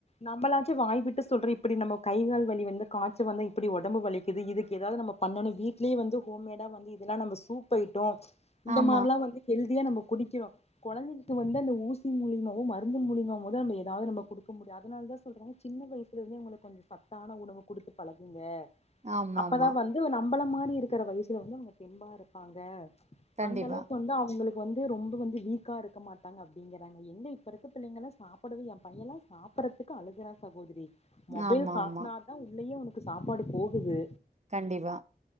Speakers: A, on the left (about 40°); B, on the right (about 40°).
A: நம்மளாச்சு வாய்விட்டு சொல்றோ இப்டி நம்ம கை கால் வலி வந்து காய்ச்ச வந்து இப்டி ஒடம்பு வலிக்குது இதுக்கு ஏதாவது நம்ம பண்ணணு வீட்லயே வந்து ஹோம்மேடா வந்து இதெல்லா நம்ம சூப் ஐட்டம் இந்த
B: ஆமா
A: மாரிலா வந்து ஹெல்தியா நம்ம குடிக்கிறோ கொழந்தைக்கு வந்து அந்த ஊசி மூலியமாவோ மருந்து மூலியமாவோ தா நம்ம ஏதாவது நம்ம குடுக்க முடியாது அதனால தா சொல்றே சின்ன வயசுல இருந்துே உங்களுக்கு கொஞ்சோ சத்தான உணவு குடுத்து பழகுங்க
B: ஆமா
A: அப்பதா
B: ஆமா
A: வந்து நம்பள மாரி இருக்கிற வயசுல வந்து அவங்க தெம்பா இருப்பாங்க
B: கண்டிப்பா
A: அந்த அளவுக்கு வந்து அவங்களுக்கு வந்து ரொம்ப வந்து வீக்கா இருக்க மாட்டாங்க அப்டிங்கறாங்க என்ன இப்ப இருக்க பிள்ளைங்க சாப்டறது எ பையன்ல்லா சாப்டறது இதுக்கு அழுகறா சகோதரி. மொபைல்
B: ஆமா
A: காட்னாதா
B: ஆமா
A: உள்ளேயே சாப்பாடு போகுது.
B: கண்டிப்பா